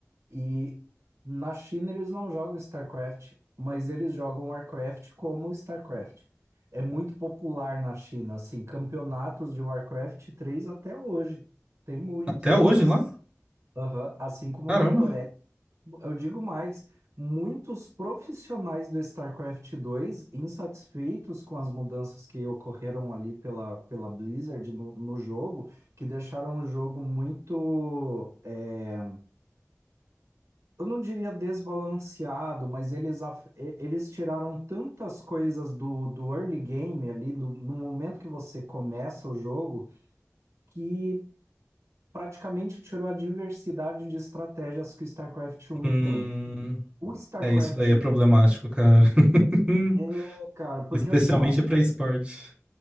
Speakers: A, on the right (about 60°); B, on the right (about 20°).
A: E na China eles não jogam StarCraft, mas eles jogam Warcraft como StarCraft. É muito popular na China, assim, campeonatos de Warcraft três até hoje. Tem muitos.
B: Até hoje
A: Assim,
B: lá?
A: aham, assim como
B: Caramba.
A: na Coreia. Eu digo mais, muitos profissionais do StarCraft dois insatisfeitos com as mudanças que ocorreram ali pela, pela Blizzard no, no jogo, que deixaram o jogo muito é, eu não diria desbalanceado, mas eles, af- e- eles tiraram tantas coisas do, do early game ali, do- no momento que você começa o jogo, que praticamente tirou a diversidade de estratégias que o StarCraft 1
B: Hum,
A: tem. O StarCraft
B: é isso daí é problemático,
A: 1
B: cara. <laughs>
A: é, cara, porque
B: Especialmente
A: assim, ó,
B: pra esporte.